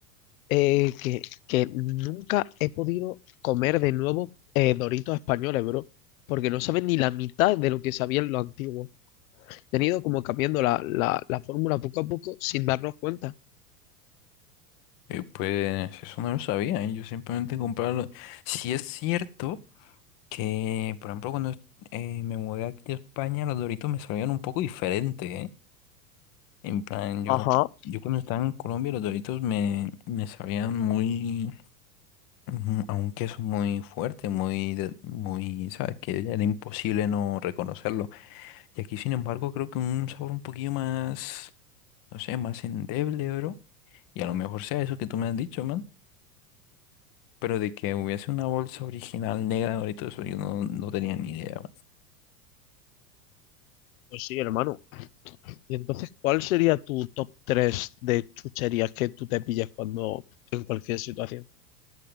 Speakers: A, on the left; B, on the left.
A: eh, que, que nunca he podido comer de nuevo eh, Doritos españoles, bro. Porque no saben ni la mitad de lo que sabían los antiguos. Han ido como cambiando la, la, la fórmula poco a poco sin darnos cuenta.
B: Y pues, eso no lo sabía, ¿eh? Yo simplemente compraba los... Si es cierto. Que, por ejemplo, cuando eh, me mudé aquí a España, los Doritos me sabían un poco diferente, ¿eh? En plan, yo,
A: Ajá.
B: yo cuando estaba en Colombia, los Doritos me, me sabían muy, ujú, a un queso muy fuerte, muy, de- muy, ¿sabes? Que era imposible no reconocerlo. Y aquí, sin embargo, creo que un sabor un poquillo más, no sé, más endeble, bro. Y a lo mejor sea eso que tú me has dicho, man. Pero de que hubiese una bolsa original negra de Doritos, eso yo no, no tenía ni idea,
A: Pues sí, hermano. Y entonces, ¿cuál sería tu top 3 de chucherías que tú te pillas cuando en cualquier situación?